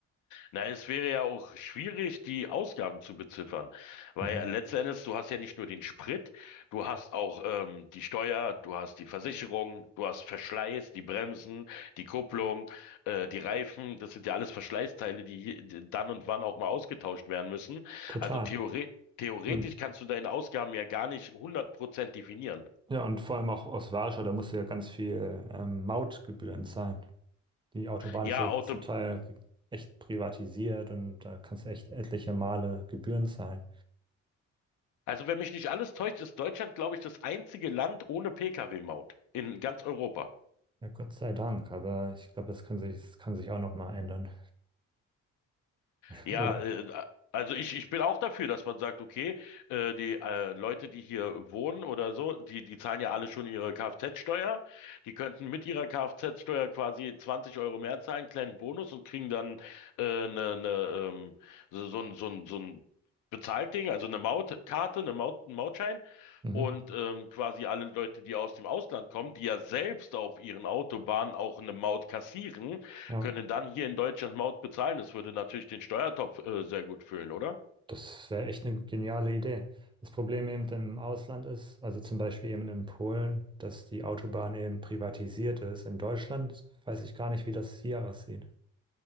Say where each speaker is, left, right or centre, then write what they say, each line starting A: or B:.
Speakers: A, on the left; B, on the right.
A: Na, es wäre ja auch schwierig, die Ausgaben zu beziffern, weil
B: Mhm.
A: letzten Endes, du hast ja nicht nur den Sprit, du hast auch ähm, die Steuer, du hast die Versicherung, du hast Verschleiß, die Bremsen, die Kupplung, äh, die Reifen. Das sind ja alles Verschleißteile, die hier- die dann und wann auch mal ausgetauscht werden müssen.
B: Total.
A: Also theoretisch. Theoretisch
B: Und
A: kannst du deine Ausgaben ja gar nicht 100% definieren.
B: ja, und vor allem auch aus Warschau, da musst du ja ganz viel ähm, Mautgebühren zahlen. Die Autobahn
A: Ja,
B: ist ja
A: Auto
B: zum Teil echt privatisiert und da kannst du echt etliche Male Gebühren zahlen.
A: Also, wenn mich nicht alles täuscht, ist Deutschland, glaube ich, das einzige Land ohne Pkw-Maut in ganz Europa.
B: Ja, Gott sei Dank, aber ich glaube, das kann sich, das kann sich auch noch mal ändern, <laughs>
A: Ja,
B: oder?
A: äh, also ich, ich bin auch dafür, dass man sagt, okay, äh, die äh, Leute, die hier wohnen oder so, die, die zahlen ja alle schon ihre Kfz-Steuer. Die könnten mit ihrer Kfz-Steuer quasi 20 Euro mehr zahlen, kleinen Bonus und kriegen dann äh, ne, ne, ähm, so, so, ein- so, ein- so ein Bezahlt Ding, also eine Mautkarte, eine Maut, einen Mautschein
B: Mhm.
A: Und ähm, quasi alle Leute, die aus dem Ausland kommen, die ja selbst auf ihren Autobahnen auch eine Maut kassieren,
B: Ja.
A: können dann hier in Deutschland Maut bezahlen. Das würde natürlich den Steuertopf äh, sehr gut füllen, oder?
B: Das wäre echt eine geniale Idee. Das Problem eben im Ausland ist, also zum Beispiel eben in Polen, dass die Autobahn eben privatisiert ist. In Deutschland weiß ich gar nicht, wie das hier aussieht.